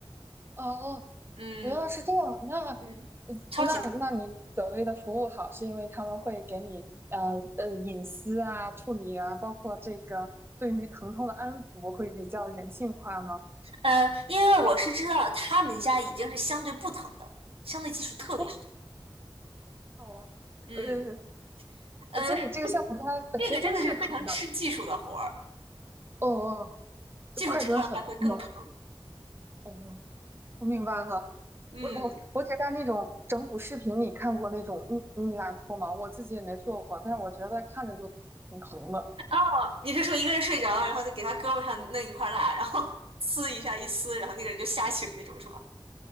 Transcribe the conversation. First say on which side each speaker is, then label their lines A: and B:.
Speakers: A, on the right; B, on the right.
A: 哦哦，
B: 嗯
A: 原来是这样。那，
B: 嗯，
A: 呃那，
B: 超级疼。
A: 那你所谓的服务好，是因为他们会给你，呃呃，隐私啊、处理啊，包括这个对于疼痛的安抚，会比较人性化吗？
B: 呃，因为我是知道他们家已经是相对不疼的，相对技术特别好。
A: 啊，哦，
B: 嗯，
A: 呃，
B: 呃，
A: 所以这个项目它本身就是疼的。
B: 这个真的是非常吃技术的活儿，
A: 哦，哦，就快准狠嘛。
B: 技术差了还会更疼。
A: 哦，我明白了。
B: 嗯，
A: 我我我只在那种整蛊视频里看过那种蜜蜜蜡脱毛，我自己也没做过，但是我觉得看着就挺疼的。
B: 哦，你是说一个人睡着了，然后再给他胳膊上弄一块蜡，然后 <laughs> 撕一下一撕，然后那个人就吓醒那种是吧？